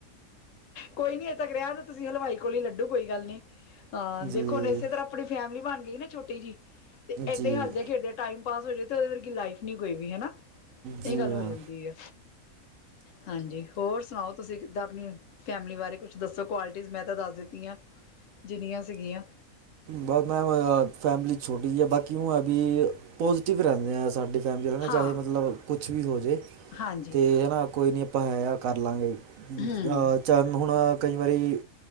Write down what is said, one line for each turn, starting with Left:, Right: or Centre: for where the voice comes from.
Left: ਕੋਈ ਨੀ <unintelligible> ਤੱਕ ਰਿਹਾ ਤੁਸੀਂ ਹਲਵਾਈ ਕੋਲ ਹੀ ਲੱਡੂ ਕੋਈ ਗੱਲ ਨੀ। ਹਾਂ
Right: ਜੀ
Left: ਦੇਖੋ ਹੁਣ ਇਸੇ ਤਰ੍ਹਾਂ ਆਪਣੀ ਫੈਮਿਲੀ ਬਣ ਗਈ ਨਾ ਛੋਟੀ ਜਹੀ, ਤੇ ਏਦਾਂ
Right: ਜੀ
Left: ਹੀ ਹੱਸਦੇ ਖੇਡਦੇ ਟਾਈਮ ਪਾਸ ਹੋ ਜਾਵੇ ਤੇ ਉਹਦੇ ਵਰਗੀ ਲਾਈਫ ਨਹੀਂ ਕੋਈ ਵੀ। ਹੈਨਾ। ਇਹ
Right: ਜੀ ਮੈਮ
Left: ਗੱਲ ਹੋ ਜਾਂਦੀ ਏ। ਹਾਂਜੀ, ਹੋਰ ਸੁਣਾਓ ਤੁਸੀਂ ਕਿੱਦਾਂ ਆਪਣੀ ਫੈਮਿਲੀ ਬਾਰੇ ਕੁੱਛ ਦੱਸੋ ਕੁਆਲਿਟੀਜ਼। ਮੈਂ ਤਾਂ ਦੱਸ ਦਿੱਤੀਆਂ, ਜਿੰਨੀਆਂ ਸੀਗੀਆਂ।
Right: ਬਸ ਮੈਮ ਏ-ਅ-ਫੈਮਿਲੀ ਛੋਟੀ ਜਹੀ ਆ। ਬਾਕੀ ਉ-ਏ-ਬੀ ਪੋਜ਼ੀਟਿਵ ਰਹਿੰਦੇ ਹਾਂ ਸਾਡੇ ਫੈਮਲੀ ਨਾ
Left: ਹਾਂ
Right: ਚਾਹੇ ਮਤਲਬ ਕੁੱਛ ਵੀ ਹੋ ਜਾਵੇ,
Left: ਹਾਂਜੀ
Right: ਤੇ ਨਾ ਕੋਈ ਨਹੀਂ ਆਪਾਂ ਹੈ ਆ ਕਰ ਲਵਾਂਗੇ।
Left: ਹੂੰ
Right: ਅਹ ਚਾਣ ਹੁਣ ਕਈ ਵਾਰੀ,